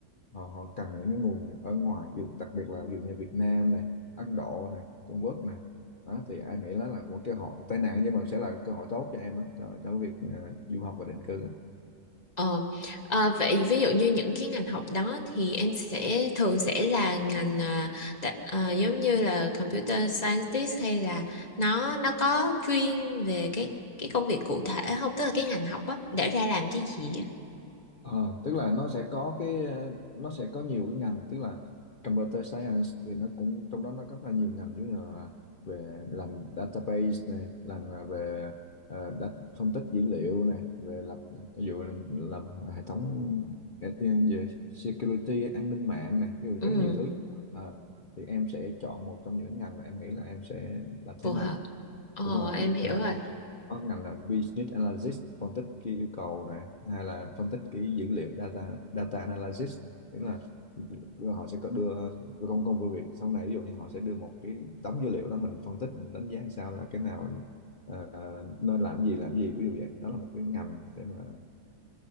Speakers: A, on the left; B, on the left.
A: họ họ cần những cái nguồn ở ngoài ví dụ- đặc biệt là ví dụ như Việt Nam này Ấn Độ này Trung Quốc này đó thì anh nghĩ đó là một cơ hội tai nạn nhưng mà sẽ là cơ hội tốt cho em đó, cho cho cái việc ờ, du học và định cư
B: Ờ, à, vậy ví dụ như những cái ngành học đó thì em sẽ thường sẽ là ngành à, tạ- à, giống như là computer scientist hay là nó nó có chuyên về cái cái công việc cụ thể không? Tức là cái ngành học á để ra làm cái gì á?
A: Ờ, tức là nó sẽ có cái ờ, nó sẽ có nhiều cái ngành tức là computer science thì nó cũng trong đó nó có rất là nhiều ngành giống như là về làm database này làm là về ờ, đa- phân tích dữ liệu này về lập ví dụ làm hệ thống ờ, về security an ninh mạng này ví dụ
B: Ừ,
A: rất là nhiều thứ Ờ, thì em sẽ chọn một trong những ngành mà em nghĩ là em sẽ là
B: phù
A: thế mạnh
B: hợp. Ờ,
A: đúng rồi
B: em
A: ví dụ
B: hiểu
A: như là
B: rồi.
A: có ngành là business analysis phân tích cái yêu cầu này hay là phân tích cái dữ liệu data data analysis tức là họ sẽ có đưa công công việc việc sau này ví dụ như họ sẽ đưa một cái đống dữ liệu đó mình phân tích mình đánh giá làm sao là cái nào ờ, nên làm gì làm gì ví dụ vậy đó là một cái ngành để mà